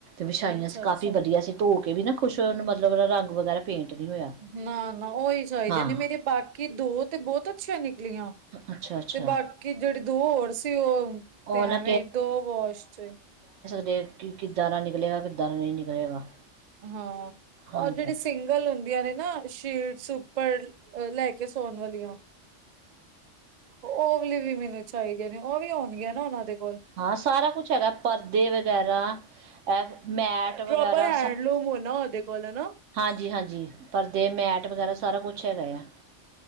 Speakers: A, on the right; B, on the right.
A: ਵਿਛਾਈਆਂ
B: ਅੱਛਾ-ਅੱਛਾ।
A: ਸੀ ਕਾਫੀ ਵਧੀਆ ਸੀਂ ਧੋ ਵੀ ਨਾ ਕੁਛ ਉਹਨ ਮਤਲਬ ਰਗ ਵਗੈਰਾ ਪੇਂਟ ਨਹੀਂ ਹੋਇਆ।
B: ਨਾਨਾ ਉਹੀ ਚਾਹੀ
A: ਹਾਂ
B: ਦੀਆਂ ਨੇ ਮੇਰੇ ਬਾਕੀ ਦੋ ਤੇ ਬਹੁਤ <unintelligible> ਲੀਆਂ
A: ਅੱਛਾ-ਅੱਛਾ
B: ਤੇ ਬਾਕੀ ਜਿਹੜੇ ਦੋ ਹੋਰ ਸੀ ਉਹ
A: ਉਹ
B: ਤੇ
A: ਨਾ
B: ਐਵੇਂ ਦੋ ਵਾਸ਼ ਚ
A: ਤੇ ਕੀ ਕਿੱਦਾਂ ਦਾ ਨਿਕਲੇਗਾ ਕਿੱਦਾਂ ਦਾ ਨਹੀਂ ਨਿਕਲੇਗਾ।
B: ਹਾਂ
A: ਹਾਂਜੀ-ਹਾਂਜੀ
B: ਔਰ ਜਿਹੜੀ ਸਿੰਗਲ ਹੁੰਦੀਆਂ ਨੇ ਨਾ ਸ਼ੀਟਸ ਪਰ ਲੈ ਕੇ ਸੋਣ ਵਾਲੀਆਂ। ਓਵਲੀ ਵੀ ਮੈਨੂੰ ਚਾਹੀਦੀਆ ਨੇ ਉਹ ਵੀ ਹੋਣਗੀਆਂ ਨਾ ਉਹਨਾਂ ਦੇ ਕੋਲ।
A: ਹਾਂ ਸਾਰਾ ਕੁਛ ਹੈਗਾ ਪਰਦੇ ਵਗੈਰਾ ਇਹ ਮੈਟ
B: ਪ੍ਰੋਪਰ
A: ਵਗੈਰਾ
B: ਹੈਂਡਲੂਮ
A: ਸ
B: ਹੋਣਾ ਉਹਦੇ ਕੋਲ ਹਨਾ।
A: ਹਾਂਜੀ ਹਾਂਜੀ ਪਰਦੇ ਮੈਟ ਵਗੈਰਾ ਸਾਰਾ ਕੁਛ ਪੁੱਛਿਆ ਗਾਇਆ।